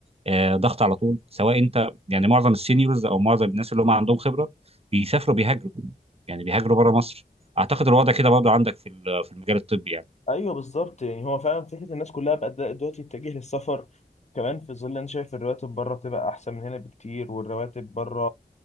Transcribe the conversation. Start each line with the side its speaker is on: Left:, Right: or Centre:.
Right: آه، ضغط على طول سواء انت يعني معظم السينيورز او معظم الناس اللي هم عندهم خبره بيسافروا بيهاجروا يعني بيهاجروا بره مصر اعتقد الوضع كده برضه عندك في ال- في المجال الطبي يعني
Left: ايوه بالظبط يعني هو فعلا فكره الناس كلها بقت دلوقتي تتجه للسفر كمان في ظل انا شايف الرواتب بره بتبقى احسن من هنا بكتير والرواتب بره